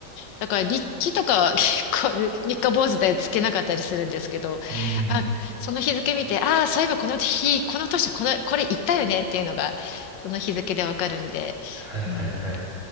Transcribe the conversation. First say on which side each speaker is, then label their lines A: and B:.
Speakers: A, on the left; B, on the left.
A: だから、日記とか、<laughs> 結構、三日坊主でつけなかったりするんですけど、
B: ん、うん
A: あ、その日付見て、ああ、そういえばこの日、この年、この、これ行ったよねっていうのが、その日付でわかるんで、
B: はいはいはい。
A: うん。